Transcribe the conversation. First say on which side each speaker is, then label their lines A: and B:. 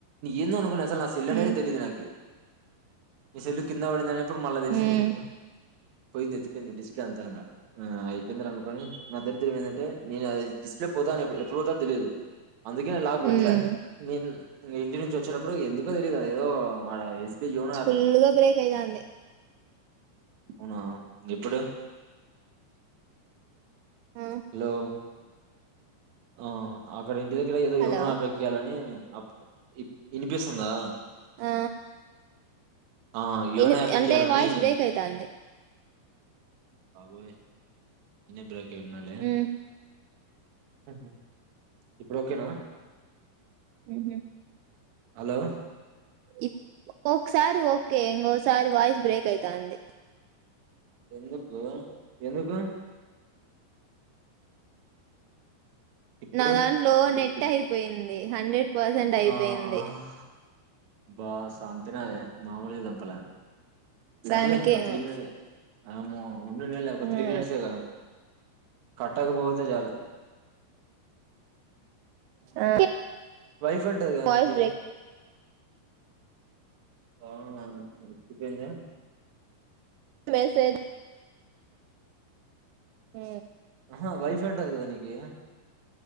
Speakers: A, on the right; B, on the right.
A: ఏందో అనుకుంటన్నా అస నా సల్
B: హ్మ్
A: అనేది తెలియదు నాకు ఇసెలు కందన్న వడిందనే ఇప్పుడు మళ్ళా తెలిసింది
B: హ్మ్
A: పోయింది ఎత్తిపోయింది డిస్ప్లే అంతంగా అయిపోయిందార అనుకోని మా త్ ఏంటే నేను అది డిస్ప్లే పోతాను చత తెలీదు అందుకే లాగ
B: హ్మ్
A: పెట్లే నేను ఇంటి నుంచి వచ్చేనప్పుడు ఎందుకో తెలీయదు అద ఏదో ఆడ యోనో
B: ఫుల్ గా బ్రేక్ అయితాంది
A: హనా ఎప్పుడు
B: ఆ
A: హలో ఆ అక్కడ ఇంటిద ఇడ ఏదో
B: హలో
A: యోనో ఆపేయాలని అప్పు వినిపిస్తుందా
B: ఆ
A: ఆ ఏనయాపికయాలని
B: ఇని అంటే వాయిస్ బ్రేక్ అయితాంది
A: అబోయ బ చెడునాల
B: హ్మ్
A: అది ఇప్పుడు ఓకేనా
B: ఊహూ
A: హలో
B: ఇప్ ఓకుసారి ఓకే ఇంగో సారి వాయిస్ బ్రేక్ అయితంది
A: ఎందుకో ఎందుకు ఇప్పుడు
B: నా దాంట్లో
A: ఇప్పుడిప్పుడు
B: నెట్ అయిపోయిం ది హండ్రెడ్ పర్సెంట్ అయిపోయింది
A: ఆ బా సాంపినవే మామూలుగా చంపలె సరలే
B: దానికేమో
A: అదో తీరిమినలే ఆమొ ఉండనీలే ఒక
B: హ్మ్
A: త్రీ మినిట్సేగా కట్టకుపోతే చాలు
B: ఆ
A: వైఫ్ ఉంటది కద
B: వాయిస్
A: నీకి
B: బ్రేక్
A: ఆ ఇపోయిందా
B: మెసేజ్ ఉ
A: ఆహ వై జుటది కదా నీకి